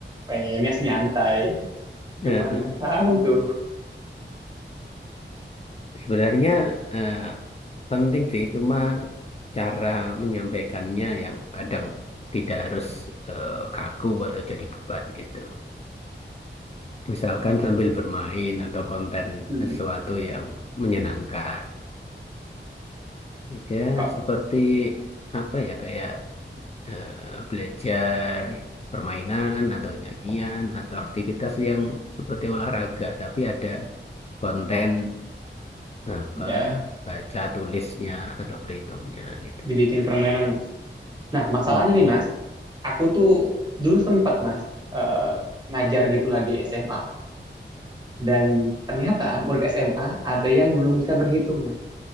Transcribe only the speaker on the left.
Eh,
eh.
Sebenarnya eh, penting sih, cuma cara menyampaikannya yang kadang tidak harus eh, kaku atau jadi beban gitu. Misalkan sambil bermain atau konten
sesuatu yang menyenangkan. Ya,
seperti apa ya, kayak eh, belajar permainan atau nyanyian atau aktivitas yang seperti olahraga, tapi ada konten apa
baca tulisnya atau perhitungnya gitu.
Mm-mm.